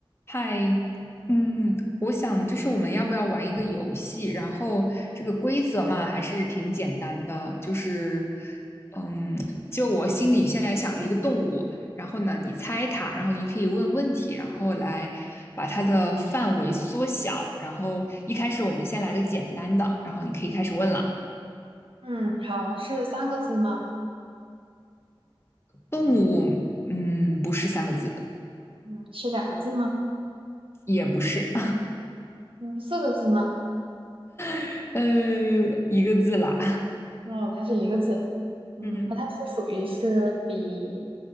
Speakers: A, on the left (about 30°); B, on the right (about 75°).
A: 嗨，嗯，我想就是我们要不要玩一个游戏？然后这个规则嘛，还是挺简单的，就是，嗯，就我心里现在想着一个动物，然后呢，你猜它，然后你可以问问题，然后来把它的范围缩小。然后一开始我们先来个简单的，然后你可以开始问了。
B: 嗯，好，是三个字吗？
A: 动物，嗯，不是三个字的，
B: 嗯，是两个字吗？
A: 也不是，
B: 嗯，四个字吗？
A: <laughs> 呃，一个字啦，
B: 嗯，它是一个字。嗯，
A: <laughs> 嗯
B: 那它是属于是比